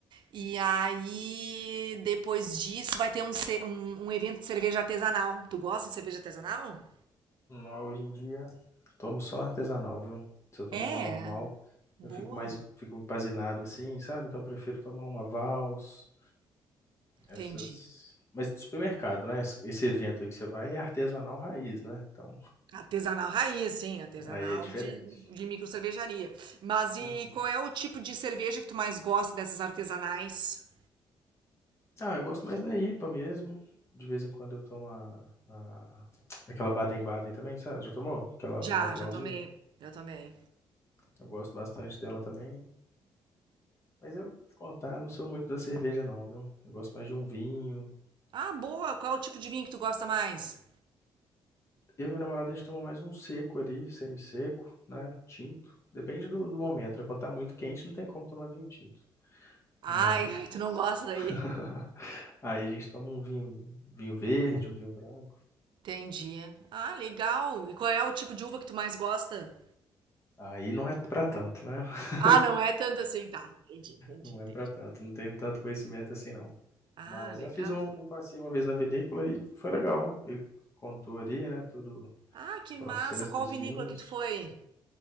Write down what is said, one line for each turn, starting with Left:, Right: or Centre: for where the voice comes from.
Right: E aí, depois disso, vai ter um, ce- um, um evento de cerveja artesanal. Tu gosta de cerveja artesanal?
Left: Mas hoje em dia, tomo só artesanal, viu? Se eu tomar
Right: É,
Left: uma normal,
Right: boa.
Left: eu fico mais, fico empazinado assim, sabe? Então eu prefiro tomar uma Vals, essas.
Right: Entendi.
Left: Mas de supermercado, né? Esse esse evento aí que você vai é artesanal raiz, né? Então
Right: Artesanal raiz, sim, artesanal
Left: aí é diferente.
Right: de, de micro cervejaria. Mas e
Left: Uhum.
Right: qual é o tipo de cerveja que tu mais gosta dessas artesanais?
Left: Ah, eu gosto mais da IPA mesmo. De vez em quando eu tomo a, a- aquela Baden-Baden também, sabe? Já tomou? Aquela
Right: Já,
Left: do rótulo
Right: já
Left: azul.
Right: tomei, já tomei.
Left: Eu gosto bastante dela também. Mas eu te contar, não sou muito da cerveja, não, viu? Eu gosto mais de um vinho.
Right: Ah, boa. Qual é o tipo de vinho que tu gosta mais?
Left: Eu e minha namorada, a gente toma mais um seco ali, semi-seco, né? Tinto. Depende do, do momento, né? Quando tá muito quente, não tem como tomar vinho tinto.
Right: Ai,
Left: Mas
Right: ai, tu não gosta daí.
Left: <laughs> aí a gente toma um vinho, vinho verde, um vinho branco.
Right: Entendi. Ah, legal. E qual é o tipo de uva que tu mais gosta?
Left: Aí não é pra tanto, né? <laughs>
Right: Ah, não é tanto assim, tá. Entendi, entendi,
Left: Não
Right: entendi.
Left: é pra tanto, não tenho tanto conhecimento assim, não.
Right: Ah,
Left: Mas
Right: legal.
Left: já fiz um, um passeio uma vez na vinícola e foi legal. Ele contou ali, né, todo
Right: Ah, que
Left: o processo
Right: massa. Qual
Left: dos
Right: vinícola
Left: vinhos.
Right: que tu foi?